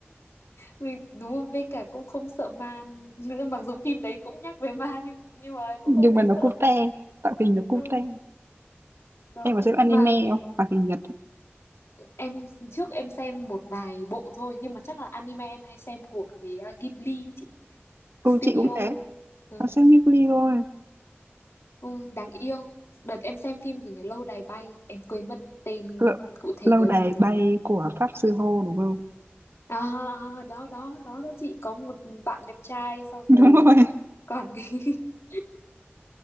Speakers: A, on the left; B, on the right.
A: vì đúng rồi với cả cũng không sợ ma nữa mặc dù phim đấy cũng nhắc về ma nhưng nhưng
B: <laughs>
A: mà cũng
B: nhưng
A: không thấy
B: mà nó
A: sợ
B: cute tạo hình nó cute
A: ừ, đó
B: em có xem anime
A: mà
B: không hoạt hình Nhật
A: em trước em xem một vài bộ thôi nhưng mà chắc là anime em hay xem của cái uh, Ghibli ấy chị
B: ừ
A: studio
B: chị cũng thế
A: Ừ.
B: có xem Ghibli thôi
A: Ôi, đáng yêu. Đợt em xem phim gì nhỉ? Lâu đài bay. Em quên mất tên
B: lâu,
A: cụ thể
B: lâu
A: là
B: đài
A: gì rồi.
B: bay của Pháp sư Hô đúng không
A: À, à, đó, đó, đó, đó chị. Có một bạn đẹp trai xong
B: <laughs> đúng
A: rồi.
B: rồi
A: Còn cái... <laughs>